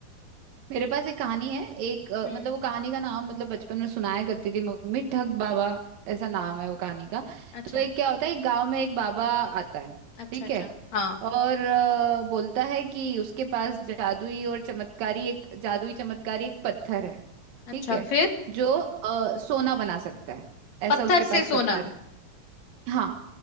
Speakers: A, on the right; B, on the left.
A: मेरे पास एक कहानी है एक अ,
B: हम्म
A: मतलब वो कहानी का नाम मतलब बचपन में सुनाया करती थी मम्मी ठग बाबा ऐसा नाम है वो कहानी का
B: अच्छा
A: तो एक क्या होता है एक गांव में एक बाबा आता है
B: अच्छा
A: ठीक
B: अच्छा
A: है
B: हाँ
A: और अ, बोलता है कि उसके पास जादुई और चमत्कारी एक जादुई चमत्कारी एक पत्थर है
B: अच्छा
A: ठीक है
B: फिर
A: जो अ, सोना बना सकता है ऐसा
B: पत्थर
A: उसके
B: से
A: पास
B: सोना
A: पत्थर है हाँ